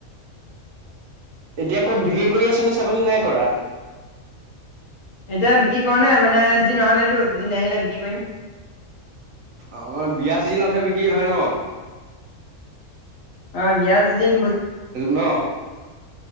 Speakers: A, on the right (about 80°); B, on the left (about 80°).
A: এতিয়া ক'ত বিক্ৰী কৰি আছেনে ছাগলী নাই কৰা?
B: এতিয়া বিক্ৰী কৰা নাই মানে চিজিন অহা নাইতো চিজিন আহিলে বিক্ৰী কৰিম।
A: অহ, বিয়া চিজনত হে বিক্ৰী হয় ন?
B: অ, বিয়া সিজিন
A: ন